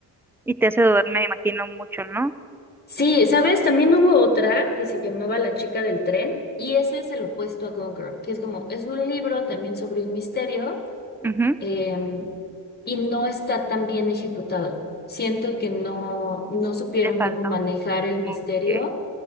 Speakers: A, in the centre; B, on the left (about 25°).
A: Y te hace dudar, me imagino, mucho, ¿no?
B: Sí, ¿sabes? También hubo otra que se llamaba La chica del tren y ese es el opuesto a Gone Girl, que es como, es un libro también sobre un misterio
A: Ujú,
B: eh, y no está tan bien ejecutado. Siento que no, no supieron
A: Le falta.
B: cómo manejar el misterio
A: Ok.